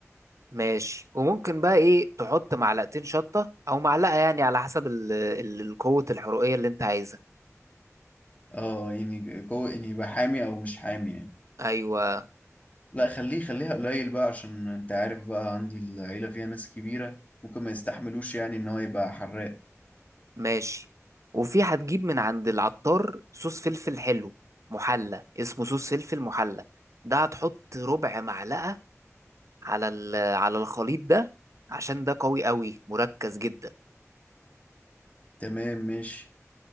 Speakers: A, on the right; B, on the left.
A: ماشي وممكن بقى ايه تحط معلقتين شطة او معلقة يعني على حسب ال- ال- القوة الحرقية اللي انت عايزها
B: اه يعني كو يعني يبقى حامي او مش حامي يعني
A: ايوه
B: لا خليه خليها قليل بقى عشان انت عارف بقى عندي العيلة فيها ناس كبيرة ممكن ما يستحملوش يعني ان هو يبقى حراق
A: ماشي وفي هتجيب من عند العطار صوص فلفل حلو محلى اسمه صوص فلفل محلى ده هتحط ربع معلقة على ال- على الخليط ده عشان ده قوي قوي مركز جدا
B: تمام ماشي